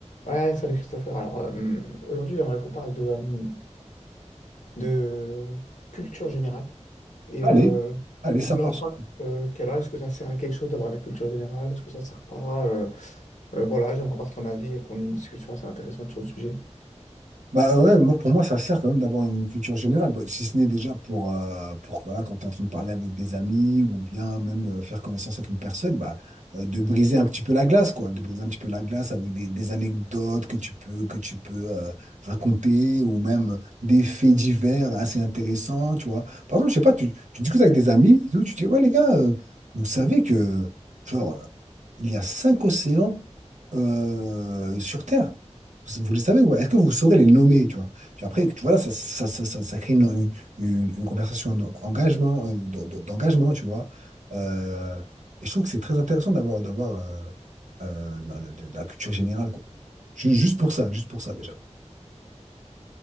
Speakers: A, on the left; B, on the right.
A: Ouais, salut Christopher. Alors, euh, aujourd'hui, j'aimerais qu'on parle de, euh, de culture générale et
B: Allez,
A: euh,
B: allez,
A: l'impact
B: ça part. sur-
A: euh, qu'elle a. Est-ce que ça sert à quelque chose d'avoir la culture générale? Est-ce que ça sert pas? Euh, euh, voilà, j'aimerais avoir ton avis et qu'on ait une discussion assez intéressante sur le sujet.
B: Bah ouais, moi, pour moi, ça sert quand même d'avoir une culture générale, Bah, si ce n'est déjà pour, euh, pour voilà, quand tu es en train de parler avec des amis ou bien même euh, faire connaissance avec une personne, bah, euh, de briser un petit peu la glace, quoi, de briser un petit peu la glace avec des, des anecdotes que tu peux, que tu peux euh, raconter ou même des faits divers assez intéressants, tu vois. Par exemple, je sais pas, tu, tu discutes avec des amis, et tout, tu dis, ouais, les gars, euh, vous savez que, genre, il y a cinq océans euh, sur Terre. Vous, vous les savez, ouais. Est-ce que vous saurez les nommer, tu vois? Puis après, tu vois, là, ça, ça, ça, ça, ça crée une, une, une conversation d'engagement, euh, d- d- d'engagement, tu vois. Euh, et je trouve que c'est très intéressant d'avoir d'avoir euh, euh, la, la- la culture générale, quoi. Ju- Juste pour ça, juste pour ça, déjà.